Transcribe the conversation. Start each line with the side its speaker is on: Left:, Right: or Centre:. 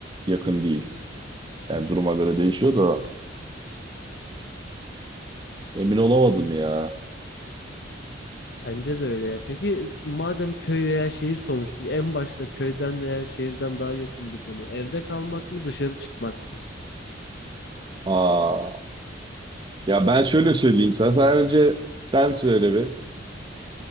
Right: yakın değil. Yani duruma göre değişiyor da emin olamadım ya.
Left: Bence de öyle ya. Peki madem köy veya şehir konuştuk, en başta köyden veya şehirden daha yakın bir konu. Evde kalmak mı, dışarı çıkmak mı?
Right: Aa, ya ben şöyle söyleyeyim sen sen önce sen söyle bir.